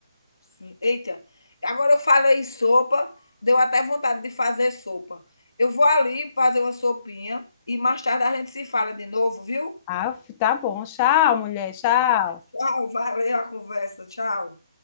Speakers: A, on the left; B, on the left.
A: sim, eita. Agora eu falei em sopa, deu até vontade de fazer sopa. Eu vou ali fazer uma sopinha e mais tarde a gente se fala de novo, viu?
B: Ah, tá bom. Tchau, mulher. Tchau.
A: Tchau, valeu a conversa, tchau.